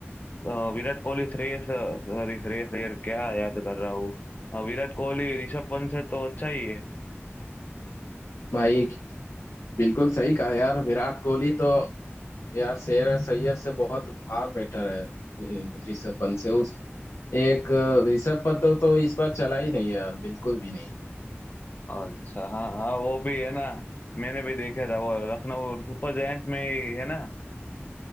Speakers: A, on the left (about 40°); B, on the left (about 85°).
A: अ, विराट कोहली श्रेयस सॉरी श्रेयस अय्यर क्या याद कर रहा हूँ अ, विराट कोहली ऋषभ पंत से तो अच्छा ही है
B: भाई बिल्कुल सही कहा यार विराट कोहली तो यार शेर सैयद से बहुत फार बेटर है ए, ऋषभ पंत से उस एक अ, ऋषभ पंत तो, तो इस बार चला ही नहीं यार बिल्कुल भी नहीं
A: अच्छा हाँ हाँ वो भी है ना मैंने भी देखा था वो लखनऊ सुपर जायंट्स में ही है ना